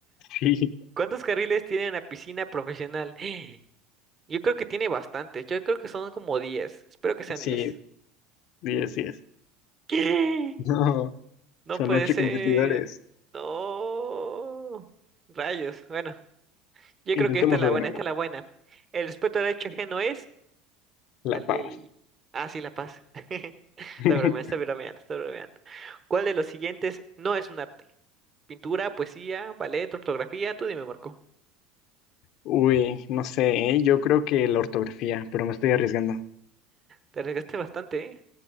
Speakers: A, on the left (about 60°); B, on the right (about 35°).
A: <laughs> Sí,
B: ¿Cuántos carriles tiene una piscina profesional? <gasps> Yo creo que tiene bastantes. Yo creo que son como 10. Espero que sean
A: sí,
B: 10.
A: sí, así es.
B: ¿Qué?
A: No,
B: No
A: son
B: puede
A: ocho
B: ser.
A: competidores.
B: No. Rayos. Bueno, yo
A: Intentémoslo
B: creo que esta es la
A: de
B: buena,
A: nuevo.
B: esta es la buena. El respeto al derecho ajeno es
A: La
B: La ley.
A: paz.
B: Ah, sí, la paz. <laughs> Está
A: <laughs>
B: bromeando, está bromeando, está bromeando. ¿Cuál de los siguientes no es un arte? Pintura, poesía, ballet, ortografía. Tú dime, Marco.
A: Uy, no sé, ¿eh? yo creo que la ortografía, pero me estoy arriesgando.
B: Te arriesgaste bastante, ¿eh?